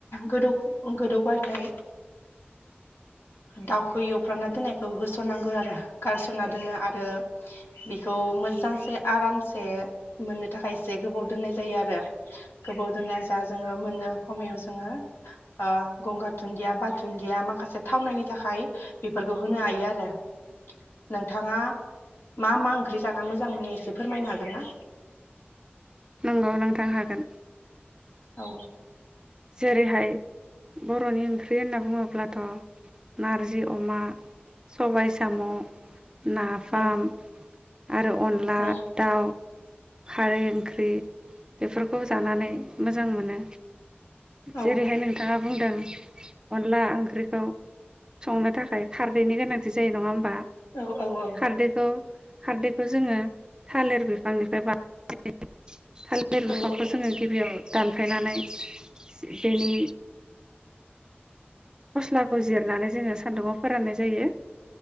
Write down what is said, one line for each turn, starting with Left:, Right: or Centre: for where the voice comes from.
Left: गो गोदौबाथाय दाउखौ एवफ्रांना दोननायखौ होसनो। होनांगौ आरो गारसनना दोनो आरो। ओ आरो बेखौ मोजांसे आरामसे मोननो थाखाय एसे गोबाव दोननाय जायो आरो। गोबाव दोनना जा जोङो मोननो समायाव जोङो गंगार दुनन्दिया बा दुुनन्दिया माखासे थावनायनि थाखाय बेफोरखौ होनो हायो आरो नोंथाङा मा मा ओंख्रि जाना मोजां मोनो एसे फोरमायनो हागोन ना।
Right: नंगौ नोंथां हागोन
Left: औ
Right: जेरैहाय। ब'रनि ओंख्रि होनना बुङोब्लाथ नारजि अमा सबाय साम। नाफाम।
Left: औ
Right: आरो अनला
Left: औ
Right: दाउ। खारै। ओंख्रि बेफोरखौ जानानै मोजां मोनो।
Left: औ
Right: जेरैहाय नोंथाङा बुंदों अनला ओंख्रि। ओंख्रिखौ संनो थाखाय खारदैनि गोनांथि जायो नङा।
Left: औ औ औ।
Right: खारदैखौ खारदैखौ जोङो थालिर बिफांनिफ्राय बानायनाय। थालिर बिफांखौ
Left: औ
Right: जोङो गिबियाव। दानफायनानै। बेनि। फस्लाखौ जिरनानै जोङो सान्दुंङाव फोराननाय जायो।